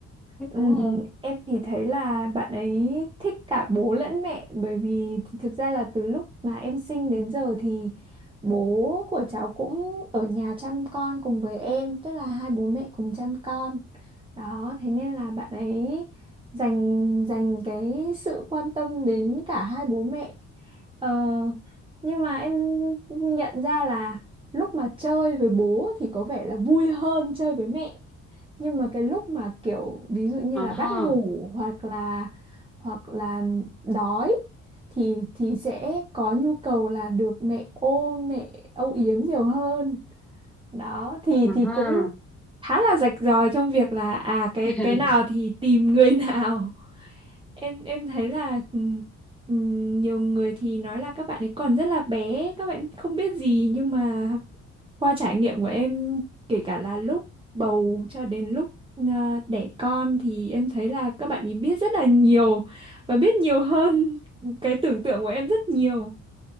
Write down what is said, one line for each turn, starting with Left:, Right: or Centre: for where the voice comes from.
Centre: thích
Right: Ừm,
Centre: bố hơn
Right: em thì thấy là bạn ấy thích cả bố lẫn mẹ bởi vì thực ra là từ lúc mà em sinh đến giờ thì bố của cháu cũng ở nhà chăm con cùng với em tức là hai bố mẹ cùng chăm con đó thế nên là bạn ấy dành dành cái sự quan tâm đến cả hai bố mẹ ờ, nhưng mà em nhận ra là lúc mà chơi với bố thì có vẻ là vui hơn chơi với mẹ nhưng mà cái lúc mà kiểu ví dụ như
Centre: à
Right: là gắt
Centre: ha
Right: ngủ hoặc là hoặc là đói thì thì sẽ có nhu cầu là được mẹ ôm mẹ âu yếm nhiều hơn đó thì thì
Centre: à ha
Right: cũng khá là rạch ròi trong việc là à cái
Centre: <laughs>
Right: cái nào thì tìm người <laughs> nào em em thấy là ừm, ừm, nhiều người thì nói là các bạn ấy còn rất là bé các bạn không biết gì nhưng mà qua trải nghiệm của em kể cả là lúc bầu cho đến lúc à, đẻ con thì em thấy là các bạn ấy biết rất là nhiều và biết nhiều hơn cái tưởng tượng của em rất nhiều